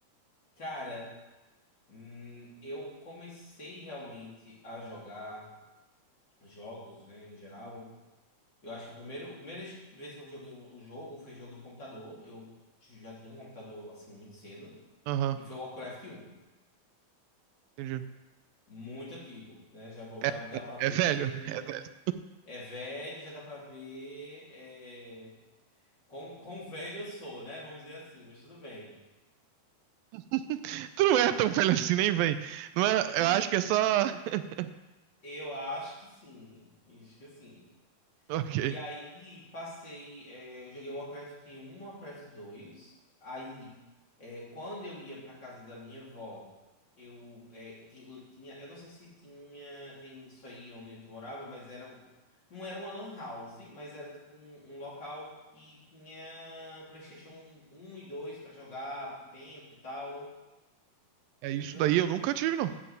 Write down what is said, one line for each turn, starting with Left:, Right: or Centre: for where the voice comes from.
Left: Cara, hum, eu comecei realmente a jogar jogos, né, em geral. Eu acho que a primeira, a primeira vez que eu joguei um, um jogo foi jogo de computador. Eu já tinha um computador, assim, muito cedo.
Right: Aham,
Left: E foi o Warcraft um
Right: entendi.
Left: Muito antigo, né? Já, bo-
Right: É,
Left: já dá
Right: é-
Left: pra ver
Right: é velho,
Left: minha
Right: é velho.
Left: É velho, já dá pra ver é, quão, quão velho eu sou, né? Vamos dizer assim, mas tudo bem.
Right: <laughs> Tu não é tão velho assim, nem vem. Não é,
Left: Sim,
Right: eu acho que é só. <laughs>
Left: eu acho que sim. Acho que sim.
Right: Ok.
Left: E aí passei, é, eu joguei Warcraft um Warcraft dois Aí, é, quando eu ia pra casa da minha avó, eu é, ti- tinha, eu não sei se tinha, tem isso aí onde tu morava, mas era um, não era uma lan house, mas era tipo um, um local que tinha PlayStation um e dois pra jogar por tempo e tal.
Right: É isso
Left: É meio
Right: daí,
Left: que
Right: eu
Left: um,
Right: nunca tive, não.